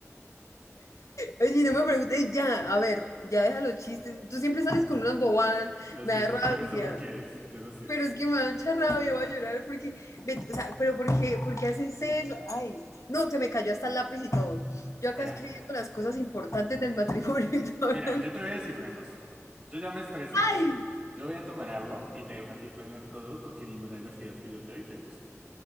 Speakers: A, on the left; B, on the right.
A: Oye, no me preguntes ya, a ver, ya deja los chistes. Tú siempre sales con unas bobadas,
B: Lo
A: me
B: siento,
A: da rabia.
B: por eso me quieres, yo lo sé.
A: Pero es que me da mucha rabia, voy a llorar porque, ve- o sea, pero ¿por qué, por qué haces eso? Ay, no, se me cayó hasta el lápiz y todo. Yo acá
B: Mira,
A: escribiendo las cosas importantes del matrimonio y todo.
B: mira, yo te voy a decir una cosa. Yo ya me estresé.
A: Ay,
B: Yo voy a tomar agua y te dejo a ti planear todo porque ninguna de las ideas que yo te doy te gusta.